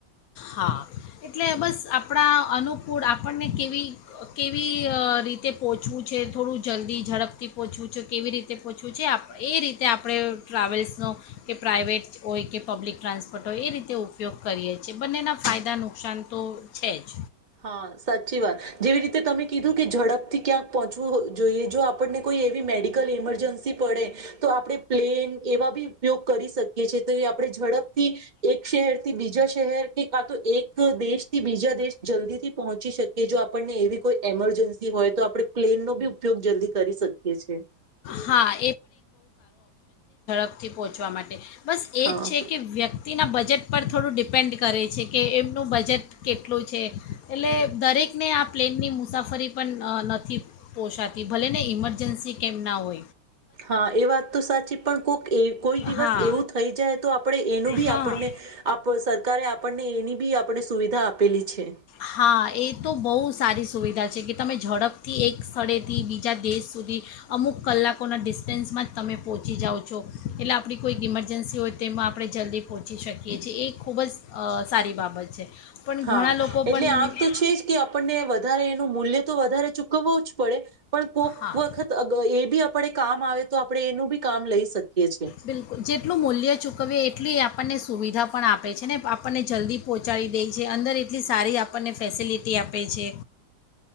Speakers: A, on the left; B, on the right.
A: હા એટલે બસ આપણા અનુકૂળ આપણને કેવી કેવી રીતે પહોંચવું છે થોડું જલ્દી ઝડપથી પહોંચવું છે કેવી રીતે પહોંચવું છે એ રીતે આપણે ટ્રાવેલ્સનો કે પ્રાઇવેટ હોય કે પબ્લિક ટ્રાન્સપોર્ટ હોય એ રીતે ઉપયોગ કરીએ છીએ. બંનેના ફાયદા નુકસાન તો છે જ.
B: હા સાચી વાત જેવી રીતે તમે કીધું કે ઝડપથી ક્યાંક પહોંચવું જોઈએ જો આપણને કોઈ એવી મેડિકલ ઈમરજન્સી પડે તો આપણે પ્લેન એવા બી ઉપયોગ કરી શકીએ છે. આપણે ઝડપથી એક થી બીજા શહેર કે કા તો એક દેશથી બીજા દેશ. જલ્દી થી પહોંચી શકીએ જો આપણને એવી કોઈ એમરજન્સી હોય તો આપણે પ્લેનનો બી ઉપયોગ જલ્દી કરી શકીએ છી.
A: હા થી પહોંચવા માટે. બસ એ
B: હા
A: જ છે કે વ્યક્તિના બજેટ પર થોડું ડિપ. ડિપેન્ડ કરે છે કે એમનું બજેટ. કેટલું છે એટલે દરેકને આ પ્લેનની મુસાફરી પણ નથી પોષાતી ભલે ને ઇમરજન્સી કેમ. ના હો.
B: હા એ વાત તો સાચી પણ કોઈક કોઈ દિવસ
A: હા
B: એવું થઈ જાય તો આપણે એનું બી
A: હા
B: આપણને સરકારે આપણને એની બી આપણે સુ સુવિધા આપેલી છે.
A: હા એ તો બહુ સારી સુવિધા છે કે તમે ઝડપથી એક સ્થળેથી બીજા દેશ સુધી અમુક કલાકોના ડિસ્ટન્સમાં જ તમે પહોંચી જાઓ છો. એટલે આપણી કોઈક ઇમરજન્સી હોય તેમાં આપણે જલ્દી પહોંચી શકીએ છીએ. એ ખૂબ જ સારી બાબત છે. પણ
B: હા
A: ઘણા લોકો
B: એટલે
A: પણ
B: આ તો છે જ કે આપણને વધારે એનું મૂલ્ય તો વધારે ચૂકવો જ પડ પડે પણ કોક
A: હા
B: વખત અગ એ બી અ આપડે કામ આવે તો આપણે એનું બી કામ લઈ શકીએ. છીએ
A: બિલકુલ. જેટલું મૂલ્ય ચૂકવવીએ એટલી આપ આપણને સુવિધા પણ આપે છે ને આપણને જલ્દી પહોંચાડી દે છે. અંદર એટલી સારી આપણને ફેસિલિટી આપે છે.